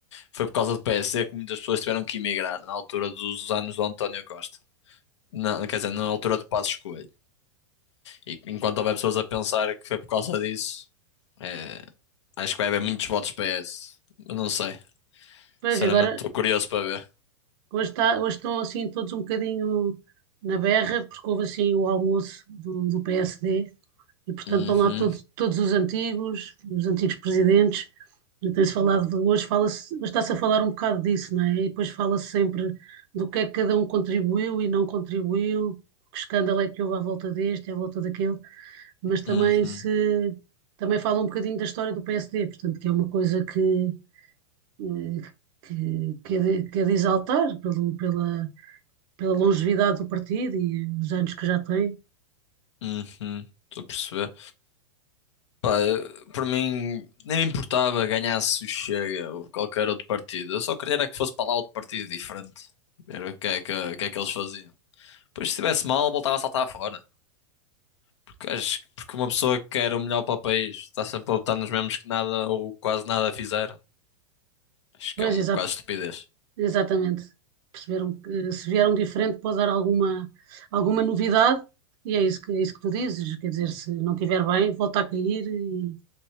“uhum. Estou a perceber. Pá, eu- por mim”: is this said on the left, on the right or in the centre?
Left